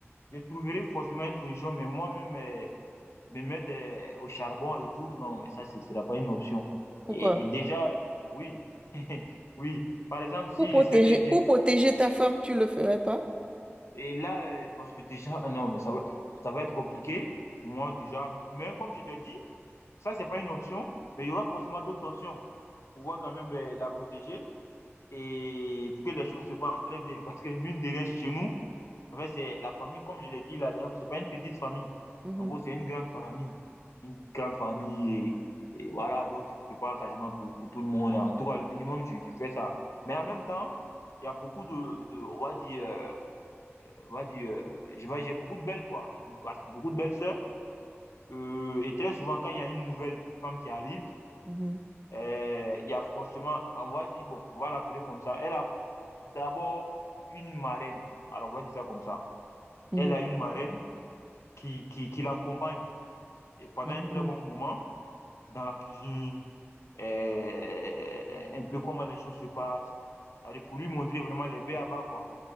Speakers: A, on the left (about 75°); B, on the right (about 20°).
A: je trouverai forcément une solution, mais moi-même, euh, me mettre euh, au charbon et tout, non, mais ça, ce ne sera pas une option.
B: Pourquoi?
A: Et déjà, oui, <laughs> oui. Par exemple, si
B: Pour protéger,
A: je sais très bien,
B: pour protéger ta femme, tu le ferais pas?
A: et là, euh, parce que déjà, euh, non, mais ça va, ça va être compliqué pour moi déjà. Mais comme je l'ai dit, ça, c'est pas une option, mais il y aura forcément d'autres options pour pouvoir quand même euh, la protéger et pour que les choses se passent très bien. <laughs> Parce que mine de rien, chez nous, En fait, c'est la famille, comme je l'ai dit la dernière fois, c'est pas une petite famille.
B: Mhm,
A: En gros, c'est une grande famille. Une grande famille. Et, et voilà, donc tu te prépares quasiment pour, pour tout le monde. En tout cas, le minimum, tu, tu fais ça. Mais en même temps, il y a beaucoup de, de on va dire, euh, on va dire, euh, je vais- j'ai beaucoup de belles, quoi. Beaucoup, beaucoup de belles sœurs. Euh, et très souvent, quand il y a une nouvelle femme qui arrive,
B: mhm,
A: euh, il y a forcément, on va dire, bon, on va l'appeler comme ça. Elle a d'abord une marraine. Alors, on va dire ça comme ça.
B: mhm,
A: Elle a une marraine qui, qui, qui l'accompagne et pendant
B: mhm.
A: un très
B: Mhm.
A: bon moment dans la cuisine, euh, un peu comment les choses se passent, Allez, pour lui montrer vraiment les baies à bas, quoi.